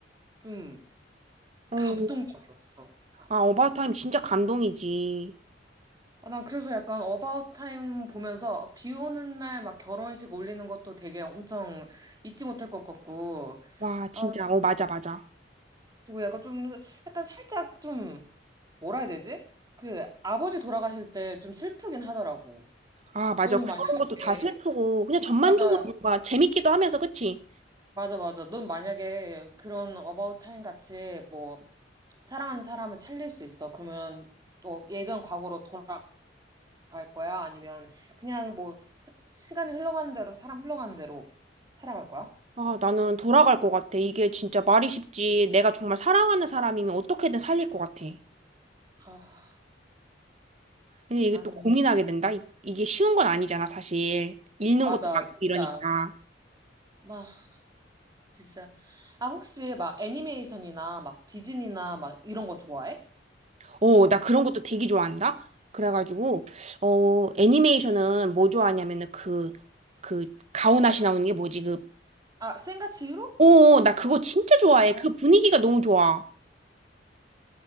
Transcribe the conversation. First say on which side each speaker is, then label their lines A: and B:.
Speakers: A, on the right; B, on the right.
A: 좀
B: 어,
A: 감동적이었어. 그
B: 아, 어바웃타임 진짜 감동이지.
A: 아, 난 그래서 약간 어바웃 타임 보면서 아, 비 오는 날 막 결혼식 올리는 것도 되게 엄청 잊지 못할 것 같고,
B: 와, 진짜.
A: 아,
B: 어, 맞아, 맞아.
A: 그리고 약간 좀, 약간 살짝 좀, 뭐라 해야 되지? 그 아버지 돌아가실 때 좀 슬프긴 하더라고.
B: 아, 맞아.
A: 너는
B: 그런
A: 만약에,
B: 것도 다 슬프고 그냥 전반적으로
A: 맞아,
B: 뭔가 재밌기도 하면서 그치?
A: 맞아, 맞아. 넌 만약에 그런 어바웃 타임 같이 뭐, 사랑하는 사람을 살릴 수 있어. 그러면 또 예전 과거로 돌아가 갈 거야? 아니면 그냥 뭐 시간이 흘러가는 대로 사람 흘러가는 대로 살아갈 거야?
B: 아, 나는 돌아갈 것 같아. 이게 진짜 말이 쉽지. 내가 정말 사랑하는 사람이면 어떻게든 살릴 것 같아.
A: 아,
B: 근데 이게
A: 난
B: 또 고민하게 된다. 이- 이게 쉬운 건 아니잖아, 사실. 읽는
A: 맞아,
B: 것도 많고 이러니까.
A: 진짜. 나 진짜. 아, 혹시 막 애니메이션이나 막 디즈니나 막 이런 거 좋아해?
B: 어, 나 그런 것도 되게 좋아한다. 그래가지고, 어, 애니메이션은 뭐 좋아하냐면은 그, 그, 가오나시 나오는 게 뭐지? 그,
A: 아, 센과 치히로?
B: 어, 나 그거 진짜 좋아해.
A: 아.
B: 그 분위기가 너무 좋아.